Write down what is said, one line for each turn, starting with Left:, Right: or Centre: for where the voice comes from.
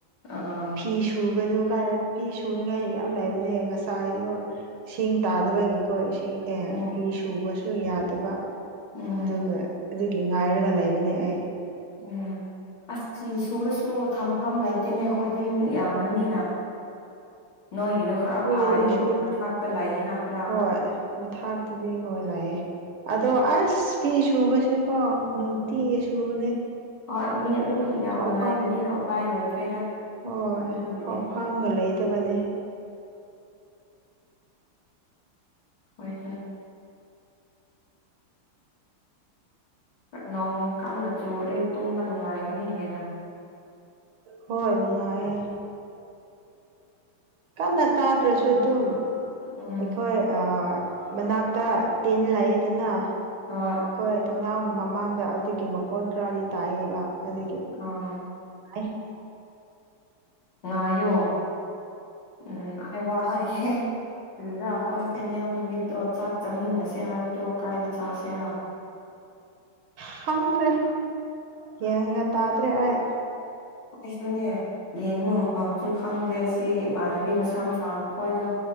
Left: ꯑꯥ
Right: ꯐꯤꯁꯨ ꯁꯨꯒꯅꯨ ꯀꯥꯏꯅ ꯐꯤ ꯁꯨꯅꯤꯉꯥꯏ ꯌꯥꯝ ꯂꯩꯕꯅꯦ ꯉꯁꯥꯏꯒꯤꯁꯨ꯫ ꯏꯁꯤꯡ ꯇꯥꯗꯕꯒꯤꯀꯣ ꯏꯁꯤꯡ꯫ ꯑꯦ
Left: ꯎꯝ
Right: ꯐꯤ ꯁꯨꯕꯁꯨ ꯌꯥꯗꯕ
Left: ꯎꯝ
Right: ꯑꯗꯨꯒ ꯑꯗꯨꯒꯤ ꯉꯥꯏꯔꯒ ꯂꯩꯕꯅꯦ꯫ ꯑꯩ꯫
Left: ꯎꯝ꯫ ꯑꯁ ꯐꯤ ꯁꯨꯔꯁꯨ ꯊꯝꯐꯝ ꯂꯩꯇꯦꯅꯦ ꯑꯩꯈꯣꯏꯗꯤ ꯃꯤ ꯌꯥꯝꯕꯅꯤꯅ꯫ ꯅꯣꯏꯒꯤꯗꯣ ꯈꯔ
Right: ꯍꯣꯏꯁꯨ
Left: ꯐꯥꯏꯌꯦ ꯃꯊꯇ ꯂꯩꯌꯦꯅ ꯈꯔ
Right: ꯍꯣꯏ ꯃꯊꯥꯛꯇꯨꯗꯤ ꯍꯣꯏ ꯂꯩꯌꯦ ꯑꯗꯣ ꯑꯁ ꯐꯤ ꯁꯨꯕꯁꯦꯀꯣ ꯅꯨꯡꯇꯤ ꯁꯨꯕꯅꯦ
Left: ꯍꯣꯏ ꯃꯤ ꯑꯗꯨꯝ ꯌꯥꯝꯅ
Right: ꯐꯥꯎꯐꯝ
Left: ꯂꯩꯕꯅꯤꯅ ꯎꯄꯥꯏ ꯂꯩꯇ꯭ꯔꯦꯗ
Right: ꯍꯣꯏ
Left: ꯑꯗꯨꯕꯨꯗꯤ
Right: ꯐꯥꯎ ꯐꯥꯝꯒ ꯂꯩꯗꯕꯅꯤ
Left: ꯍꯣꯏ ꯅꯣꯡ ꯀꯟꯅ ꯆꯨꯔꯤ ꯇꯨꯝꯕ ꯅꯨꯡꯉꯥꯏꯒꯅꯤ ꯍꯦꯟꯅ
Right: ꯍꯣꯏ ꯅꯨꯡꯉꯥꯏꯌꯦ ꯀꯟꯅ ꯇꯥꯗ꯭ꯔꯁꯨ ꯑꯗꯨꯝ
Left: ꯎꯝ
Right: ꯑꯩꯈꯣꯏ ꯃꯅꯥꯛꯇ ꯇꯤꯟ ꯂꯩꯌꯦꯗꯅ
Left: ꯑ
Right: ꯍꯣꯏ ꯊꯧꯅꯥ ꯃꯃꯥꯡꯗ ꯑꯗꯨꯒꯤ ꯃꯈꯣꯟ ꯈꯔꯗꯤ ꯇꯥꯌꯦꯕ ꯑꯗꯨꯒꯤ
Left: ꯑꯣꯥ
Right: <unintelligible>
Left: ꯉꯥꯏꯌꯣ ꯎꯝ ꯑꯩ ꯍꯥꯏꯒꯦ ꯀꯨꯏꯔꯥ ꯑꯩꯈꯣꯏ ꯐꯦꯅꯦꯜ ꯅꯨꯃꯤꯠꯇꯣ ꯆꯥꯛ ꯆꯥꯃꯤꯟꯅꯁꯦ ꯍꯥꯏꯕꯗꯣ ꯀꯥꯏꯗ ꯆꯁꯤꯔꯥ
Right: ꯈꯪꯗ꯭ꯔꯦ ꯒꯌꯥꯡꯒ ꯇꯥꯗ꯭ꯔꯦ ꯑꯩ
Left: ꯑꯩꯁꯨꯅꯦ ꯌꯦꯡꯉꯣ ꯃꯄꯥꯝꯁꯨ ꯈꯪꯗꯦ ꯁꯤ ꯏꯃꯥꯟꯅꯕꯤ ꯃꯁꯝ ꯁꯥꯡꯕ ꯍꯣꯏꯗꯣ